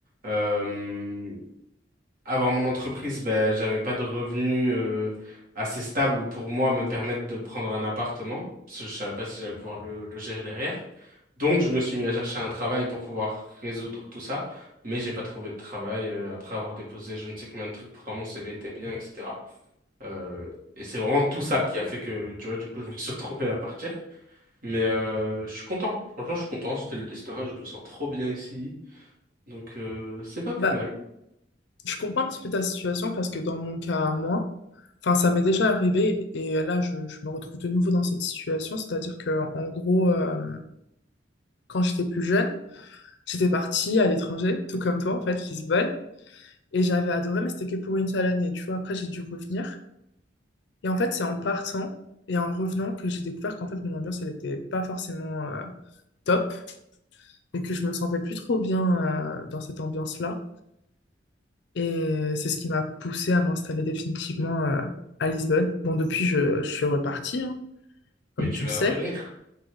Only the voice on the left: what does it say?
Bah,
je comprends un petit peu ta situation parce que dans mon cas, à moi, enfin, ça m'est déjà arrivé et là, je, je me retrouve de nouveau dans cette situation. C'est-à-dire que, en gros, euh, quand j'étais plus jeune, j'étais partie à l'étranger, tout comme toi, en fait, Lisbonne, et j'avais adoré, mais c'était que pour une seule année, tu vois. Après, j'ai dû revenir. Et en fait, c'est en partant et en revenant que j'ai découvert qu'en fait, mon ambiance, elle n'était pas forcément euh, top et que je me sentais plus trop bien euh, dans cette ambiance-là. Et c'est ce qui m'a poussé à m'installer définitivement euh, à Lisbonne. Bon, depuis, je, je suis repartie, hein, comme
tu
le sais.